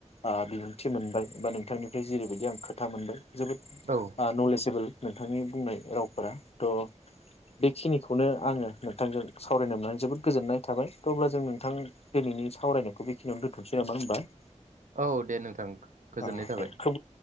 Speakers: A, on the left; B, on the right.
A: ओ बिबुंथि मोनबाय बा नोंथांनिफ्राय जेरैबायदि आं खोथा मोनबाय जोबोद
B: औ
A: ओ नलेजएबोल। नोंथांनि बुंनाय रावफोरा त बेखिनिखौनो आङो नोंथांजों सावरायनो मोननानै जोबोद गोजोननाय थाबाय त अब्ला जों नोंथां दिनैनि सावरायनायखौ बेखिनियावनो दोन्थ'नोसै नामा <unintelligible>
B: औ दे नोंथां गोजोननाय
A: ओ
B: थाबाय।
A: दे खोब